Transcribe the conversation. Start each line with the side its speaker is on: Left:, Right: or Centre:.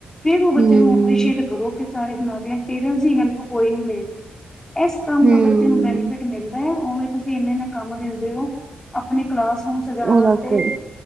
Left: ਨੂੰ
Right: ਹਮ
Left: ਐਪ੍ਰਸ਼ੀਏਟ ਕਰੋ ਕਿਸ ਸਾਰੇ ਬਣਾ ਪੇਰੈਂਟਸ ਦੀ ਹੈਲਪ ਕੋਈ ਨੀ ਲਏਗਾ ਇਸ ਕੰਮ
Right: ਹਮ
Left: ਦਾ ਬੱਚੇ ਨੂੰ ਬੈਨੀਫਿਟ ਮਿਲਦਾ ਹੈ। ਉਵੇਂ ਤੁਸੀਂ ਇੰਨੇ, ਇੰਨੇ ਕੰਮ ਦਿੰਦੇ ਹੋ ਆਪਣੀ ਕਲਾਸਰੂਮ ਚ ਜਾਣ
Right: ਉਹਦਾ
Left: ਵਾਸਤੇ
Right: ਕੋਈ